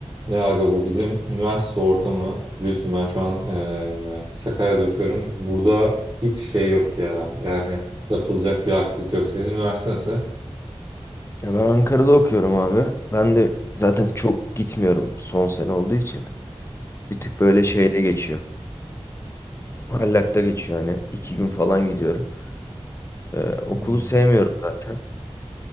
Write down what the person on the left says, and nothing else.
Ya ben Ankara'da okuyorum abi. Ben de zaten çok gitmiyorum son sene olduğu için. Bir tık böyle şeyde geçiyor. Hallak'ta geçiyor yani. iki gün falan gidiyorum. Ee, okulu
sevmiyorum zaten.